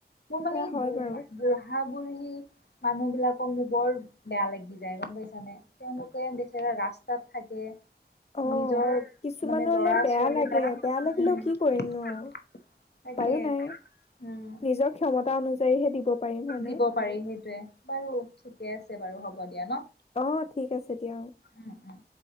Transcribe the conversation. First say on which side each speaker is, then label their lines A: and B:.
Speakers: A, on the left; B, on the left.
A: মোৰ
B: সেয়া
A: মানে এই
B: হয়
A: বুঢ়া
B: বাৰু
A: বুঢ়া বুঢ়ী। মানুহ বিলাকক মোক বৰ বেয়া লাগি যায় গম পাইছানে? তেওঁলোকে বেচেৰা ৰাস্তাত থাকে।
B: অ
A: নিজৰ
B: কিছুমানলে
A: মানে লৰা
B: বেয়া
A: ছোৱালী
B: লাগে
A: বা
B: বেয়া লাগিলেও
A: উম।
B: কি কৰিমনো
A: তাকে।
B: আৰু উপায়ো
A: উম
B: নাই নিজৰ ক্ষমতা অনুযায়ীহে দিব পাৰিম হয়নে
A: দিব পাৰি। সেইটোয়ে বাৰু ঠিকে আছ। ছে বাৰু হ'ব দিয়া ন।
B: আহ ঠিক আছে দিয়া অ'
A: উম উম